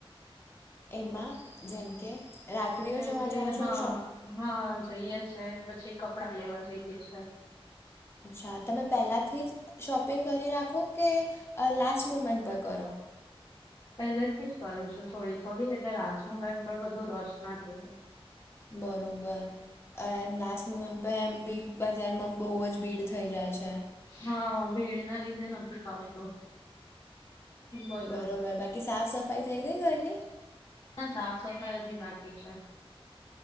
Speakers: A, on the left; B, on the left.
A: એમાં જેમ કે રાખડીઓ
B: જેમ
A: જોવા
B: કે
A: જાઓ છો
B: હા
A: શોપ
B: હા જઈએ છે પછી કપડાં લેવા જઈએ છે
A: અચ્છા તમે પહેલાંથી જ શોપિંગ કરી રાખો કે લાસ્ટ મુમેન્ટ પર કરો.
B: પહેલેથી જ કરું છું થોડી થોડી એટલે લાસ્ટ મુમેન્ટ પણ બધું રસ ના થઈ જાય.
A: બરોબર એમ લાસ્ટ મુમેન્ટ પણ એમ બી બજારમાં બહુ જ ભીડ થઈ જાય છે
B: હા ભીડ ના લીધે નથી ફાવતું બોલો
A: બરોબર બાકી સાફ સફાઈ થઈ ગઈ ઘરની
B: ના સાફ સફાઈ હજી બાકી છે